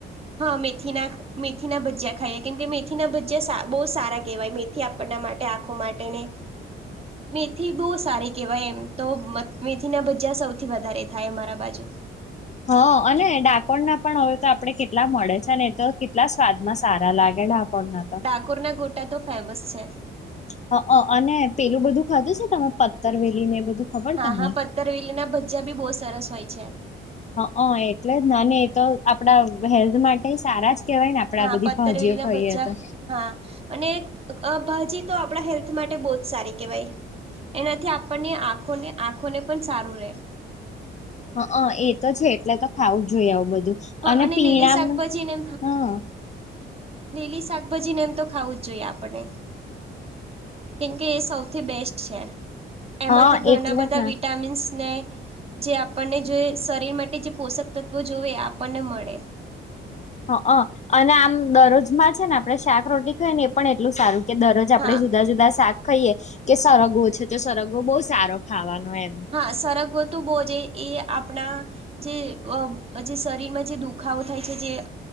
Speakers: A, on the right; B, on the left.
A: હા મેથીના મેથીના ભજયા ખાઈએ કેમ કે મેથીના ભજયા બહ સારા કહેવાય થી આપણના માટે આંખો માટેને મેથી બહુ સારી કેહેવાય એમ તો મેથીના ભજા સૌથી વધારે થાય અમારા બાજુ
B: હ અને ડાકોણ ના પણ હવે તો આપડણે કેટલા મળે છે ને એ તો કેટલા સ્વાદ માં સારા લાગે આપણને તો
A: ડાકોર ના ગોટા તો ફેમસ છે
B: હ અને પેલું બધું ખાધું છે તમે પથ્થર વેલી ને એ બધું ખબર
A: હા
B: તમને
A: હા પથરવેલી ના ભજા બી બહ સરસ હોય છે
B: હ એટલે જ એ તો આપડા હેલ્થ માટે સારા જ કેવાય ને આપડે
A: હા
B: આ બધી
A: પત્તરવેલીના
B: ભાજીઓ કાઈએ
A: ભજીયા
B: તો
A: હા અને ભાજી તો આપણા હેલ્થ માટે બહુ જ સારી કેવાય એનાથી આપણને આખો આંખોને પણ સારું રહેે
B: હા એ તો છે એટલે તો ખાવું જ જોઈએ આવું બધું
A: હા
B: અને પીણામાં
A: લીલી શાકભાજીને
B: હા
A: લીલી શાકભાજી ને એમ તો ખાવું જ જોઈએ આપણે કેમકે એ સૌથી બેસ્ટ છે એમાંથી
B: હ
A: ઘણા
B: એટલે
A: બધા
B: જ ને
A: વિટામિન્સને જે આપણને જો શરીર માટે જે પોષક તત્વો જોવે એ આપણને મળે
B: હ અને આમ દરરોજમાં છે ને આપડે શાક રરોટી ખાય ને એ પણ એટલું સારું કે દરરોજ આપડે
A: હા
B: જુદા જુદા શા ખઈએ કે સરગો છે તો સરગો બહુ સારો ખાવાનો એમ
A: હા સરગવો હતુ બોજે એ આપણા જે જે શરીરમાં જે દુખાવો થાય છે જે